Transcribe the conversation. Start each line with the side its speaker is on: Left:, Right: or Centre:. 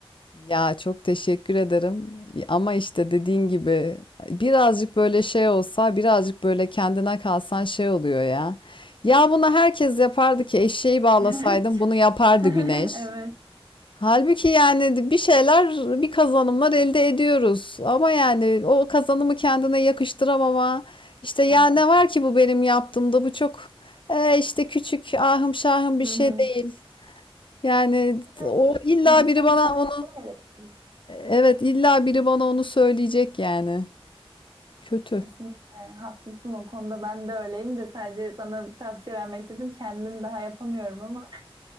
Left: Ya çok teşekkür ederim. Ama işte dediğin gibi birazcık böyle şey olsa, birazcık böyle kendine kalsan şey oluyor ya. Ya bunu herkes yapardı ki eşeği bağlasaydım
Right: Evet.
Left: bunu yapardı Güneş.
Right: <laughs> Evet.
Left: Halbuki yani bir şeyler, bir kazanımlar elde ediyoruz. Ama yani o kazanımı kendine yakıştıramama, işte ya
Right: Evet.
Left: ne var ki bu benim yaptığımda bu çok e, işte küçük ahım şahım bir
Right: Hı
Left: şey
Right: hı.
Left: değil. Yani
Right: Evet.
Left: o illa
Right: İnsan
Left: biri bana
Right: kendini
Left: onu,
Right: çok eleştiriyor.
Left: evet illa biri bana onu söyleyecek yani. Kötü.
Right: Kesinlikle haklısın o konuda ben de öyleyim de sadece sana bir tavsiye vermek istedim. Kendim daha yapamıyorum ama